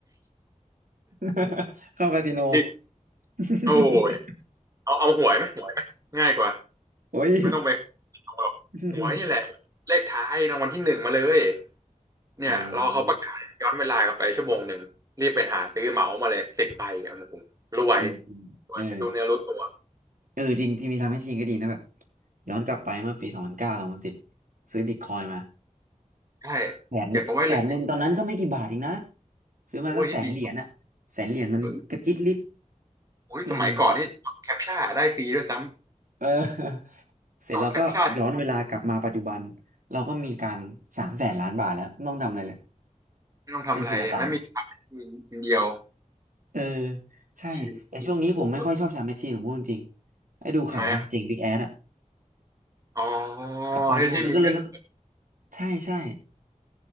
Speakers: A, on the right; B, on the right.
A: <laughs> เข้าคาสิโน
B: พี่
A: <laughs>
B: โอ้ยเอาเอาหวยไหมหวยไหมง่ายกว่า
A: โอ้ย
B: ไม่ต้องไปหรอกหวยนี่แหละเลขท้ายรางวัลที่หนึ่งมาเลย
A: <laughs>
B: เนี่ยรอเขาประกาศย้อนเวลากลับไปชั่วโมงหนึ่งรีบไปหาซื้อเหมามาเลยสิบใบเอามาผมรวย
A: อ่าอืมอืมเออ
B: รวยไม่รู้เนื้อรู้ตัว
A: เออจริงที่มีทำให้จริงก็ดีนะแบบย้อนกลับไปเมื่อปีสองพันเก้าสองพันสิบซื้อบิตคอยน์มา
B: ใช่
A: แสนนี่แสนหนึ่งตอนนั้นก็ไม่กี่บาทเองนะ
B: เก็บเอาไว้เลย
A: ซื้อมาสักแสนเหรียญอะแสนเหรียญมันกระจิตริด
B: โอ้ยนี่ดีครับเออโอ้ยสมัยก่อนนี่แคปชั่นได้ฟรีด้วยซ้
A: อืมเออ <laughs>
B: ำจอดแคปชั่น
A: เสร็จเราก็ย้อนเวลากลับมาปัจจุบันเราก็มีการสามแสนล้านบาทแล้วไม่ต้องทำอะไรเลย
B: ไม่ต้องทำอะไรไม่มีทำเป็นทีมเดียว
A: เป็นสุลต่านเออใช่แต่ช่วงนี้ผมไม่ค่อยชอบชาแมชชีนผมพูดจริงๆให้ดูข่าวว่าเจ๋งบิ๊กแอดอะ
B: ที่ที่ที่สุดๆทำไหมอ่ะอ๋อ
A: กับปอนที่ผมแล้วก็เลยไม่
B: ให้ที่มีเรื่อง
A: ใช่ใช่